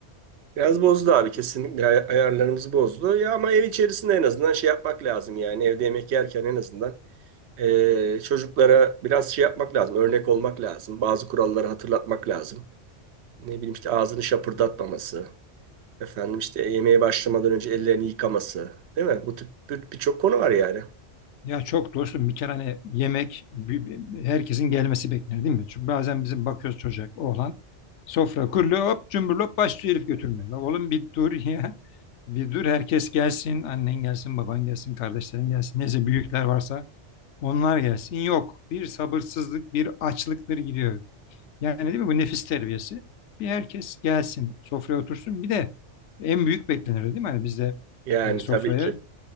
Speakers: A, on the right (about 70°); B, on the left (about 75°).
A: Biraz bozdu abi kesinlikle ay- ayarlarımızı bozdu. Ya ama ev içerisinde en azından şey yapmak lazım yani evde yemek yerken en azından Ee, çocuklara biraz şey yapmak lazım, örnek olmak lazım. Bazı kuralları hatırlatmak lazım. Ne bileyim işte ağzını şapırdatmaması, efendim işte yemeğe başlamadan önce ellerini yıkaması, değil mi? Bu tip bir- birçok konu var yani.
B: Ya çok dostum bir kere hani yemek bir- herkesin gelmesi beklenir değil mi? Çünkü bazen bizim bakıyoruz çocuk oğlan sofra kuruluyor hop cumburlop başlıyor herif götürmeye. La oğlum bir dur ya bir dur herkes gelsin annen gelsin baban gelsin kardeşlerin gelsin neyse büyükler varsa onlar gelsin. Yok bir sabırsızlık bir açlıktır gidiyor. Yani değil mi bu nefis terbiyesi bir herkes gelsin sofraya otursun bir de en büyük beklenir değil mi? Hani bizde
A: Yani
B: e, sofraya
A: tabii ki.